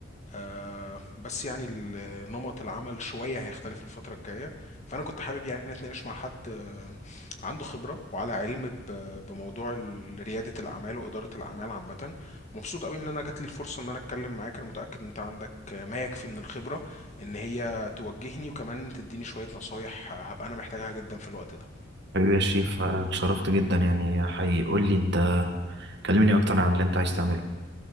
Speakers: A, on the left; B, on the right.
A: آه، بس يعني ال- نمط العمل شوية هيختلف الفترة الجاية فأنا كنت حابب يعني أتناقش مع حد آه، عنده خبرة وعلى علم ب- بموضوع ال- ريادة الأعمال وإدارة الأعمال عامة ومبسوط قوي إن أنا جات لي الفرصة إن أنا أتكلم معاك أنا متأكد إن أنت عندك آه، ما يكفي من الخبرة إن هي توجهني وكمان تديني شوية نصايح آه، هبقى أنا محتاجها جدا في الوقت ده
B: حبيبي يا شريف آه، اتشرفت جدا يعني حقيقي قول لي أنت كلمني أكتر عن اللي أنت عايز تعمله